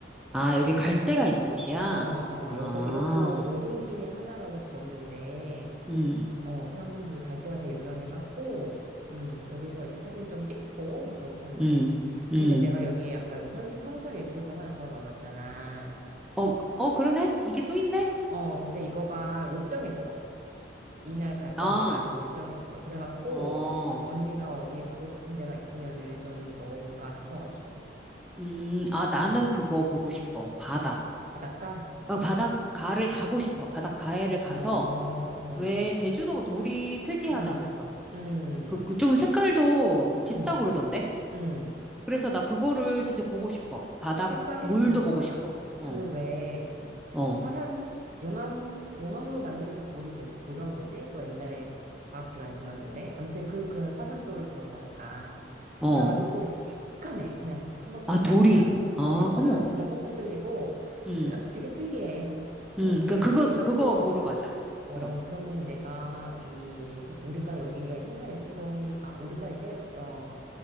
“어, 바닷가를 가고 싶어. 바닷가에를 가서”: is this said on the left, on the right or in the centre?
Centre